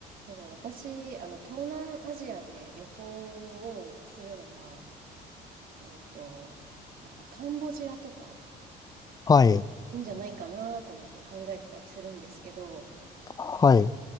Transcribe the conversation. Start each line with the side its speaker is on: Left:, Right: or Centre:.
Right: そう私、あの、東南アジアで旅行をするなら、えっと、なんかカンボジアとか
Left: はい。
Right: いいんじゃないかなと思って考えてたりするんですけど、
Left: はい。